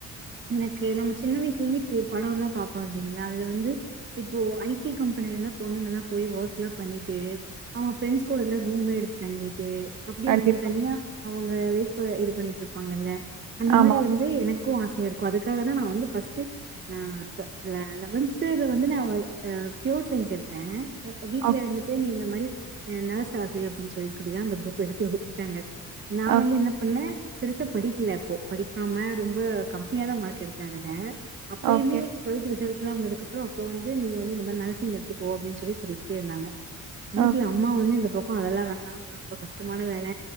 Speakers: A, on the right; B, on the right.
A: எனக்கு நம்ம சின்ன வயசுல இருந்து படம்ல்லா பார்ப்போ இல்லிங்களா அதுல வந்து இப்போ ஐ டி கம்பெனிலல்லா பொண்ணுங்கல்லா போய் ஒர்க்ல்லா பண்ணிட்டு அவங்க ஃப்ரெண்ட்ஸ் கூடல்லா ரூம்லா எடுத் தங்கிட்டு அப்படி
B: கண்டிப்பா.
A: அவங்க தனியா அவங்க லைஃப்ஹ இது பண்ணிட்டு இருப்பாங்கல்ல அந்த
B: ஆமா.
A: மாதிரி வந்து எனக் க்கும் ஆசை இருக்கூ அதுக்காக தா நா வந்து ஃபர்ஸ்டோ ஆ டூவ லெவன்துல வந்து நா பியோர் சயின்ஸ் எடுத்தே எங் வீட்ல
B: ஓகே,
A: இருந்துட்டு நீ இந்த மாதிரி அ நரஸ் ஆகு அப்டின்னு சொல்லிட் சொல்லிதா அந்த குரூப் எடுத்து குட்த்தாங்க நா
B: ஓகே,
A: வந்து என்ன பண்ணே பெருசா படிக்கல அப்போ படிக்காம ரொம்ப கம் ஏதோ மார்க் எடுத்தாதெ அப்பயுமே
B: ஓகே,
A: டுவெல்த் ரிசல்ட்ஸ்ல்லா வந்ததுக்கு அப்புறோ அப்போ வந்து நீங்க வந்து இந்த மாிரி நர்சிங் எடுத்துக்கோ அப்டின்னு சொல்லி சொல்லிக்கிட்டே இருந்தாங்க வீட்டுல
B: ஓகே.
A: அம்மா ஒன்னு இந்த பக்கம் அதெல்லா வேணா ரொம்ப கஷ்டமான வேல